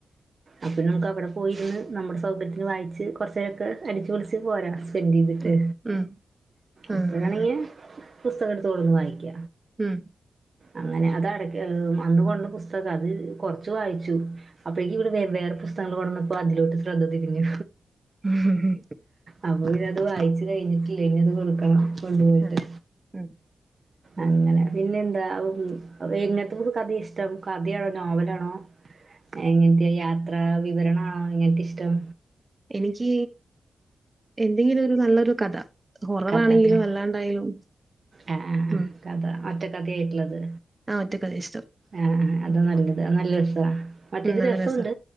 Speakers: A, on the right (about 50°); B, on the right (about 25°).
A: അപ്പം നമുക്ക് അവിടെ പോയിരുന്ന് നമ്മുടെ സൗകര്യത്തിന് വായിച്ച് കുറച്ച് നേരൊക്കെ അടിച്ചുപൊളിച്ച് പോരാം. സെന്റ് ചെയ്തിട്ട്
B: ഉം ആഹ്
A: ഇപ്പഴാണങ്കി പുസ്തകം ഇടത്ത്കൊട്ന്ന് വായിക്ക
B: ഉം
A: അങ്ങനെ അതട് അന്ന് കൊട്ന്ന പുസ്തകം അത് കൊറച്ച് വായിച്ചു അപ്പോഴേക്കും ഇവിടെ വേറെ പുസ്തകങ്ങങ്ങള് കൊണ്ടുന്നപ്പോ അതിലോട്ട് ശ്രദ്ധ തിരിഞ്ഞു
B: ഉംഉം
A: അപ്പൊ പിന്നെ അത് വായിച്ചു കഴിഞ്ഞിട്ടില്ല ഇനിഅത് കൊടുക്കണം കൊണ്ടപോയിട്ട്
B: അതെ ഉം ഉം.
A: അങ്ങനെ പിന്നെ എന്താ എങ്ങനത്തെ ഒരു കഥ ഇഷ്ടം കഥയാണോ നോവലാണോ എങ്ങനത്തെ യാത്രാ വിവരണാണോ എങ്ങനത്തെ ഇഷ്ടം
B: എനിക്ക് എന്തെങ്കിലും ഒരു നല്ലൊരു കഥ ത് ഹൊറവാണെങ്കിലും
A: കഥ അല്ലേ
B: അല്ലാണ്ടായാലും
A: ആഹ് ആഹ് ആഹ്
B: ഉം
A: കഥ ഒറ്റ കഥയായിട്ടുള്ളത്
B: ആ ഒറ്റ കഥയ ഇഷ്ടം
A: ആഹ് ആ അതാ
B: ഉം
A: നല്ലത് അത്‌ നല്ല രസാ മറ്റേത്
B: ഉം, നല്ല
A: രസൊണ്ട്
B: രസാ